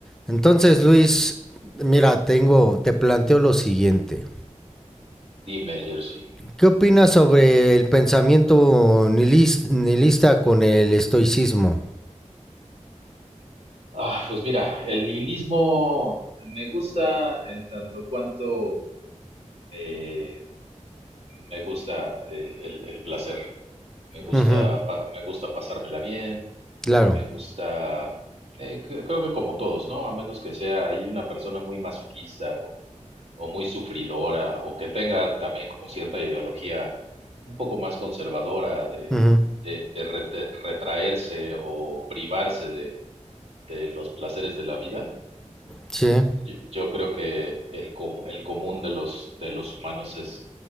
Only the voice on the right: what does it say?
Dime, Jersey.
Ah, pues mira, el nihilismo me gusta en tanto cuanto eh, me gusta eh, el, el placer. Me gusta,
pa- me gusta pasármela bien,
me gusta, eh, cre- creo que como todos, ¿no? A menos que sea ahí una persona muy masoquista o, o muy sufridora o que tenga también como cierta ideología un poco más conservadora de,
de, de rete- retraerse o privarse de de los placeres de la vida
Yo, yo creo que el, com el común de los, de los humanos es,